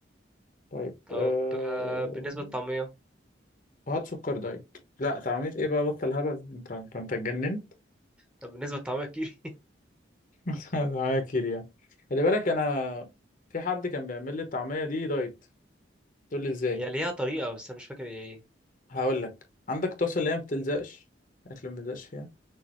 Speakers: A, on the left (about 45°); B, in the centre.
A: طيب
B: طب
A: أه...
B: آه، بالنسبه للطعميه
A: هات سكر دايت لا تعمير ايه بقى بطل هبل انت انت انت اتجننت
B: طب بالنسبه للطعميه كيري
A: <laughs> طعمية كتير يعني خلي بالك انا في حد كان بيعمل لي الطعمية دي دايت تقول لي ازاي
B: <laughs> هي ليها طريقه بس انا مش فاكر هي ايه
A: هقول لك عندك طاسة اللي هي ما بتلزقش الاكل ما بيلزقش فيها